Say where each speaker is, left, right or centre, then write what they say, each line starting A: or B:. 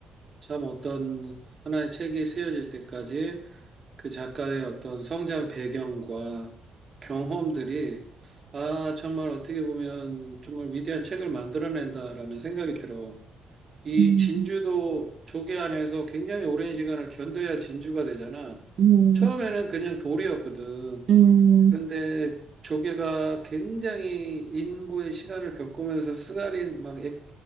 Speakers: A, on the right; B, on the right.
A: 참 어떤 하나의 책이 쓰여질 때까지 그 작가의 어떤 성장 배경과 경험들이 아, 정말 어떻게 보면 정말 위대한 책을 만들어낸다라는 생각이 들어. 이
B: 음,
A: 진주도 조개 안에서 굉장히 오랜 시간을 견뎌야 진주가 되잖아.
B: 음,
A: 처음에는 그냥 돌이었거든.
B: 음,
A: 그런데 조개가 굉장히 인고의 시간을 겪으면서 쓰라린 막 액,